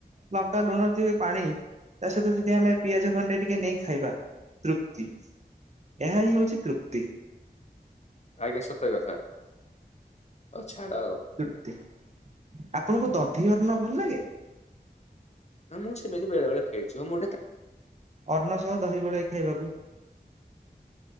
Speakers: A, on the right; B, on the left.
A: ଲଙ୍କା ଲୁଣ <unintelligible> ଚି ପାଣି ତା ସହିତ ଯଦି ଆମେ ପିଆଜ ଖଣ୍ଡେ ଟିକେ ନେଇ ଖାଇବା ତୃପ୍ତି। ଏହା ହିଁ ହେଉଛି ତୃପ୍ତି।
B: ଆଜ୍ଞା ସତ କଥା ଓ ଛାଡ଼ ଆଉ।
A: ତୃପ୍ତି ଆପଣଙ୍କୁ ଦଧି ଅନ୍ନ ଭଲ ଲାଗେ?
B: ମୁଁ ସେମିତି ବେଳେ ବେଳେ ଖେଳିଛିଉ ମୁଁ ଗୋଟେ କା
A: ଅନ୍ନ ସହ ଦହି ଗୋଳେଇ ଖାଇବାକୁ।